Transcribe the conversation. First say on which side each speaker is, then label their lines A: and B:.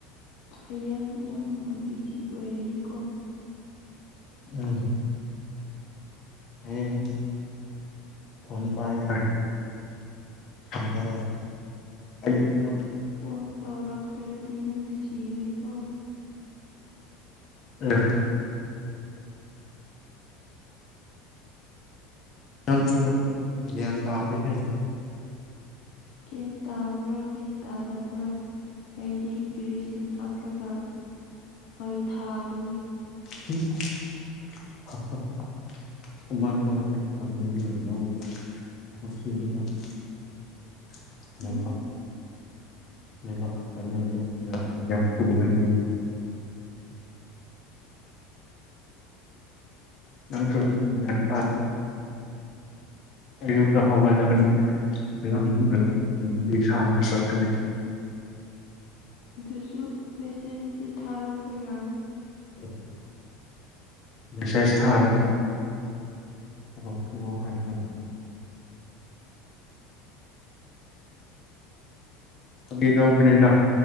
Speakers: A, on the left; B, on the left.
A: ꯍꯌꯦꯡ ꯌꯨꯝ ꯕꯤꯖꯤ ꯑꯣꯏꯔꯅꯤꯀꯣ
B: ꯎꯝ ꯍꯌꯦꯡ ꯐꯣꯟ ꯄꯥꯏꯔꫭꯏ ꯐꯪꯉꯔꫭꯏ ꯑꯌꯨꯛꯇ
A: ꯐꯣꯟ ꯇꯧꯔꯛꯇ꯭ꯔꯗꯤ ꯅꯪ ꯁꯤꯒꯅꯤꯀꯣ
B: ꯑꯦ ꯅꯪꯁꯨ ꯒ꯭ꯌꯥꯟ ꯇꯥꯗꯦꯍꯦ
A: ꯒ꯭ꯌꯥꯟ ꯇꯥꯕ꯭ꯔ ꯒ꯭ꯌꯥꯟ ꯇꯥꯗꯕ꯭ꯔ ꯑꯩꯗꯤ ꯀꯦꯔꯤꯁꯤꯟ ꯍꯥꯞꯔꯒ ꯃꯩ ꯊꯥꯒꯅꯤ
B: <unintelligible> ꯑꯃꯥꯏ ꯇꯧꯔꯛꯀꯅꯤ <unintelligible> <unintelligible> ꯂꯥꯏꯕꯛ
A: ꯎꯝ
B: ꯂꯥꯏꯕꯛ ꯈꯛꯇꯅꯤ <unintelligible> ꯅꯪꯁꯨ ꯌꯥꯝ ꯌꯥꯟ ꯇꯥꯗꯦ ꯑꯌꯨꯛꯇ ꯍꯧꯒꯠꯂꯒꯅꯤꯗ ꯂꯝ ꯂꯝ ꯂꯝꯕꯤ ꯁꯥꯡꯅ ꯆꯠꯀꯅꯤ
A: ꯑꯗꯨꯁꯨ ꯃꯦꯁꯦꯁꯇꯤ ꯊꯥꯔꯛꯄ ꯌꯥꯏ
B: <unintelligible> ꯃꯦꯁꯦꯁ ꯊꯥꯔꯒ ꯊꯕꯛ ꯇꯣꯛꯑꯣ ꯍꯥꯏ <unintelligible> ꯐꯥꯒꯤ ꯇꯧꯕꯅꯤꯗ